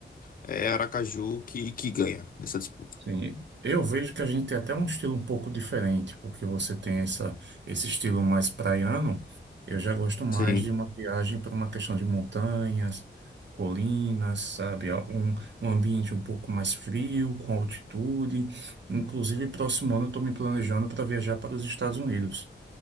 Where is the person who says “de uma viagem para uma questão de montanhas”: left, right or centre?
Right